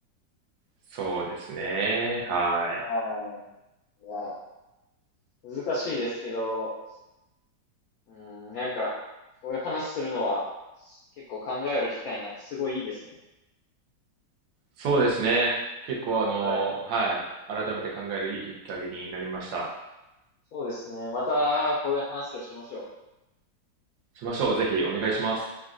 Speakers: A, on the right; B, on the left.
A: そうですね。はい。
B: はい。いやー、難しいですけど、うん、なんか、こういう話するのは、結構考える機会になってすごいいいですね。
A: そうですね。結構あの、
B: はい。
A: はい。改めて考えるいいきっかけになりました。
B: そうですね。また、こういう話をしましょう。
A: しましょう。ぜひお願いします。